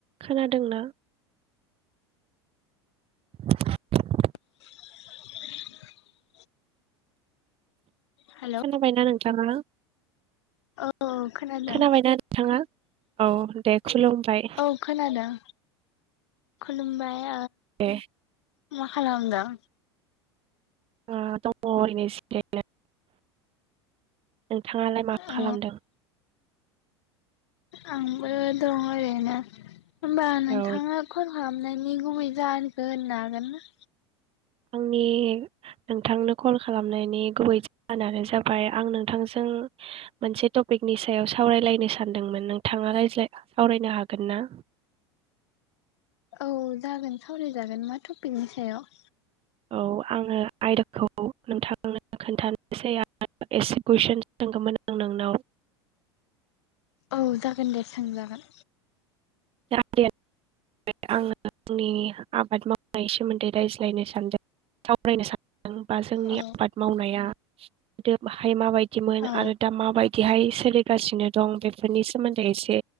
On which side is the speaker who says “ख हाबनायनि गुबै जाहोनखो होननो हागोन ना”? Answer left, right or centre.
Left